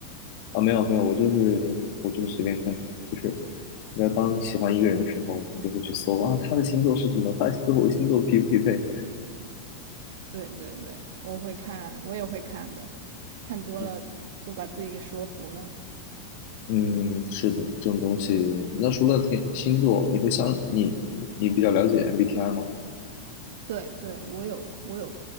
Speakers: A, on the left; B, on the right.
A: 啊，没有没有，我就是我就是随便看，就是你要当你喜欢一个人的时候，你就会去搜啊，他的星座是什么，他的星座和我的星座匹不匹配？
B: 对对对，我会看，我也会看的，看多了就把自己给说服了。
A: 嗯。嗯，是的，这种东西。那除了天星座，你会相你你你比较了解 MBTI 吗？
B: 对对，我有我有